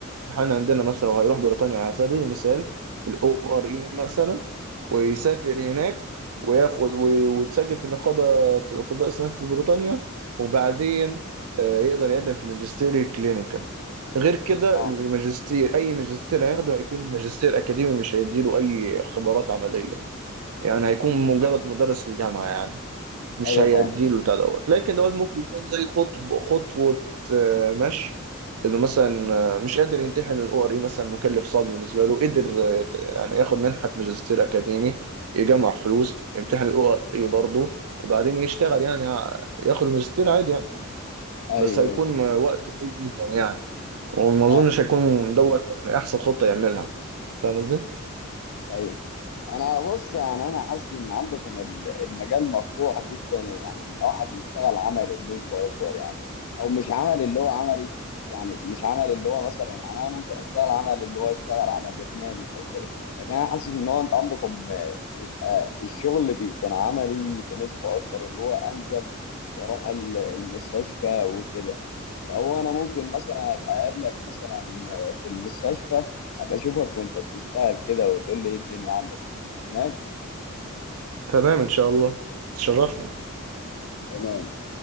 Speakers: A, on the right; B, on the left.
A: احنا عندنا مثلا لو هيروح بريطانيا على سبيل المثال الاو ار اي مثلا ويسافر هناك وياخد و- ويتسجل في نقابة أطباء أسنان في بريطانيا وبعدين آه، يقدر يقدم في ماجستير كلينيكال غير كده
B: أه
A: الماجستير أي ماجستير هياخده هيكون ماجستير أكاديمي مش هيديله أي خبرات عملية يعني هيكون
B: أيوه
A: مجرد مدرس في الجامعة يعني مش
B: أيوه
A: هيأديله
B: فاهم
A: بتاع دوت لكن دوت ممكن يكون زي خطب خطوة آه، مشي انه مثلا آه، مش قادر يمتحن الاو ار اي مثلا مكلف صعب بالنسبه له قدر آه، يت- يعني ياخد منحه ماجستير اكاديمي يجمع فلوس يمتحن الاو ار اي برضه وبعدين يشتغل يعني ع- ياخد ماجستير عادي يعني
B: أيوه
A: بس هيكون
B: أيوه
A: آه، وقت طويل جدا يعني وما
B: آه.
A: اظنش هيكون دوت يعني احسن خطه يعملها فاهم قصدي؟
B: ايوه انا بص يعني انا حاسس ان عندكم ال- المجال مفتوح جدا يعني ان واحد يشتغل عملي بنسبه اكبر يعني او مش عملي اللي هو عملي يعني مش عملي اللي هو مثلا يعني انا ممكن اشتغل عملي اللي هو اشتغل على برنامج او كده لكن انا حاسس ان هو انت عندكم آه، بيبقى الشغل بيكون عملي بنسبه اكتر اللي هو انزل واروح ال- المستشفى وكده فهو انا ممكن مثلا ابقى اقابلك مثلا آه، في المستشفى ابقى اشوفك وانت بتشتغل كده وتقول لي ايه الدنيا عندك تمام
A: تمام ان شاء الله تشرفنا
B: تمام